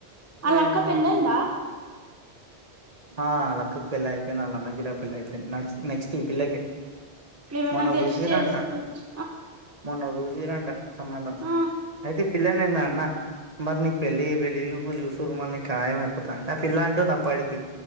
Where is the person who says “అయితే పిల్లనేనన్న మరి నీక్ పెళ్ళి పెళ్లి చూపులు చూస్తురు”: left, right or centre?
Right